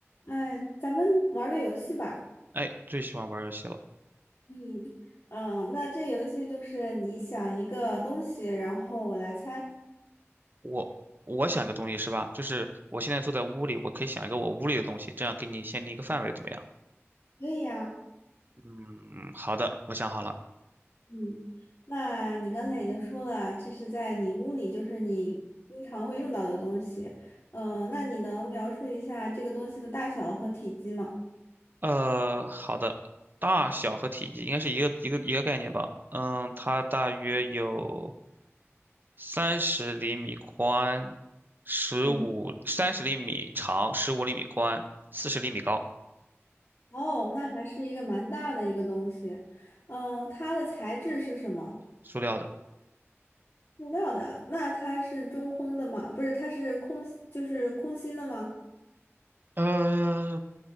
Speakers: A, on the left; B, on the right.
A: 哎，咱们玩儿个游戏吧。
B: 哎，最喜欢玩游戏了。
A: 嗯，嗯，那这游戏就是你想一个东西，然后我来猜。
B: 我我想个东西是吧？就是我现在坐在屋里，我可以想一个我屋里的东西，这样给你限定一个范围，怎么样？
A: 可以呀。
B: 嗯，好的，我想好了。
A: 嗯，那你刚才已经说了，这是在你屋里，就是你经常会用到的东西。嗯，那你能描述一下这个东西的大小和体积吗？
B: 呃，好的，大小和体积应该是一个一个一个概念吧？嗯，它大约有三十厘米宽，十五三十厘米长，
A: 嗯，
B: 十五厘米宽，四十厘米高，
A: 哦，那还是一个蛮大的一个东西。嗯，它的材质是什么？
B: 塑料的。
A: 塑料的。那它是中空的吗？不是，它是空，就是空心的吗？
B: 呃，